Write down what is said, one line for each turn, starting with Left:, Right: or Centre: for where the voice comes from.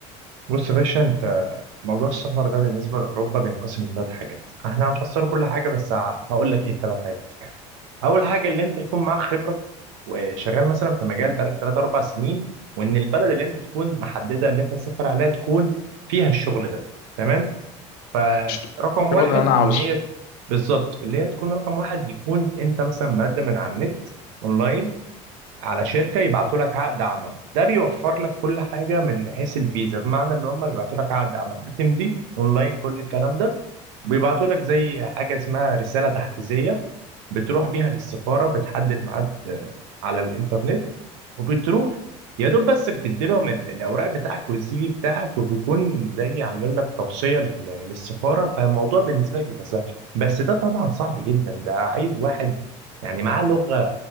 Right: بص يا باشا انت موضوع السفر ده بالنسبه لاوروبا بينقسم لثلاث حاجات احنا هنفسر كل حاجه بس ه- هقول لك ايه الثلاث حاجات اول حاجه اللي انت يكون معاك خبره وشغال مثلا في مجال بقالك 3 4 سنين وان البلد اللي انت تكون محدده اللي انت تسافر عليها تكون فيها الشغل ده تمام فرقم
Left: الشغل
Right: واحد
Left: اللي انا
Right: ان
Left: عاوزه
Right: هي بالظبط اللي هي تكون رقم واحد يكون انت مثلا مقدم من على النت اونلاين على شركه يبعتوا لك عقد عمل ده بيوفر لك كل حاجه من حيث الفيزا بمعنى اللي هم بيبعتوا لك عقد عمل بتمضي اونلاين كل الكلام ده بيبعتوا لك زي حاجه اسمها رساله تحفيزيه بتروح بيها للسفاره بتحدد ميعاد آه، على الانترنت وبتروح يا دوب بس بتدي لهم ال- الاوراق بتاعك والسي في بتاعك وبيكون زي عاملين لك توصيه لل- للسفاره فالموضوع بالنسبه لك بيبقى سهل بس ده طبعا صعب جدا ده عايز واحد يعني معاه لغه